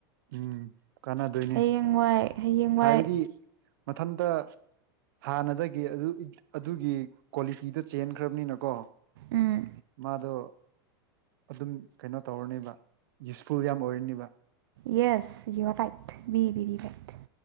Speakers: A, on the right (about 60°); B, on the right (about 75°).
A: ꯎꯝ ꯀꯥꯟꯅꯗꯣꯏꯅꯦ
B: ꯍꯌꯦꯡꯋꯥꯏ ꯍꯌꯦꯡꯋꯥꯏ
A: ꯍꯥꯏꯕꯗꯤ ꯃꯊꯟꯇ ꯍꯥꯟꯅꯗꯒꯤ ꯑꯗꯨ ꯑꯗꯨꯒꯤ ꯀ꯭ꯋꯥꯂꯤꯇꯤꯗꯣ ꯆꯦꯟꯈ꯭ꯔꯕꯅꯤꯅꯀꯣ
B: ꯎꯝ
A: ꯃꯥꯗ ꯑꯗꯨꯝ ꯀꯩꯅꯣ ꯇꯧꯔꯅꯦꯕ ꯌꯨꯁꯐꯨꯜ ꯌꯥꯝ ꯑꯣꯏꯔꯅꯤꯕ
B: ꯌꯦꯁ ꯌꯨꯔ ꯔꯥꯏꯠ ꯕꯤ ꯕꯦꯔꯤ ꯔꯥꯏꯠ